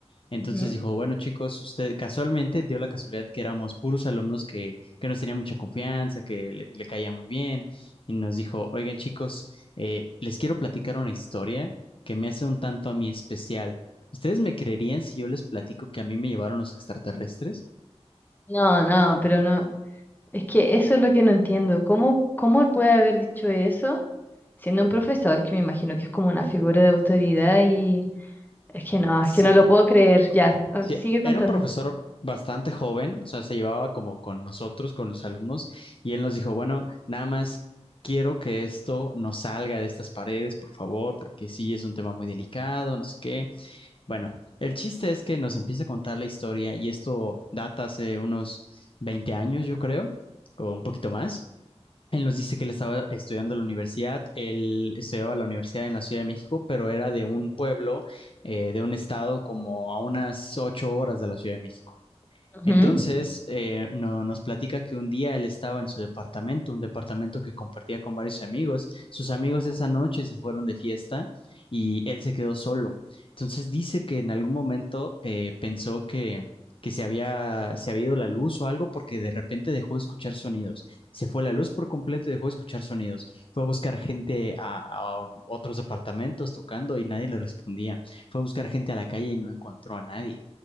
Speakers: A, on the left; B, on the left.
A: Entonces
B: Ujú.
A: dijo, bueno chicos, usted casualmente dio la casualidad que éramos puros alumnos que, que nos tenía mucha confianza, que le, le caía muy bien y nos dijo, oigan chicos, eh, les quiero platicar una historia que me hace un tanto a mí especial. ¿Ustedes me creerían si yo les platico que a mí me llevaron los extraterrestres?
B: No, no, pero no. Es que eso es lo que no entiendo. ¿Cómo, cómo él puede haber dicho eso siendo un profesor que me imagino que es como una figura de autoridad y es que no, es
A: Sí,
B: que no lo puedo creer. Ya, ah,
A: sí,
B: sigue contando.
A: era un profesor bastante joven, o sea, se llevaba como con nosotros, con los alumnos, y él nos dijo, bueno, nada más quiero que esto no salga de estas paredes, por favor, porque sí es un tema muy delicado, no sé qué. Bueno, el chiste es que nos empieza a contar la historia y esto data hace unos 20 años, yo creo, o un poquito más. Él nos dice que él estaba estudiando en la universidad, él estudiaba en la universidad en la Ciudad de México, pero era de un pueblo, eh, de un estado como a unas 8 horas de la Ciudad de México.
B: Ujú.
A: Entonces, eh, no- nos platica que un día él estaba en su departamento, un departamento que compartía con varios amigos. Sus amigos esa noche se fueron de fiesta y él se quedó solo. Entonces dice que en algún momento eh, pensó que, que se había, se había ido la luz o algo porque de repente dejó de escuchar sonidos. Se fue la luz por completo y dejó de escuchar sonidos. Fue a buscar gente a, a otros departamentos tocando y nadie le respondía. Fue a buscar gente a la calle y no encontró a nadie.